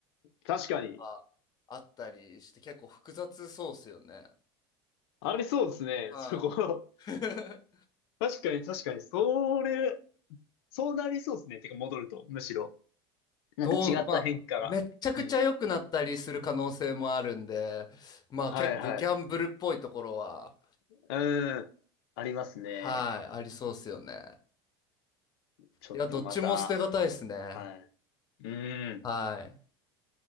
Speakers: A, on the left (about 80°); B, on the left (about 30°).
A: 確かに。
B: あ、あったりして結構複雑そうっすよね。
A: ありそうですね。
B: は
A: そこ。
B: い。<laughs>
A: <laughs> 確かに、確かに。それ、そうなりそうですね。てか、戻ると、むしろ。なんか違った変化が。
B: どう、まあ、めっちゃくちゃ良くなったりする可能性もあるんで、
A: うん。
B: まあ結構ギャンブルっぽいところは、
A: はい、はい。うーん。ありますね。
B: はい、ありそうっすよね。
A: ちょっとまた。
B: いや、どっちも捨てがたいっすね。
A: はい。うーん。
B: はい。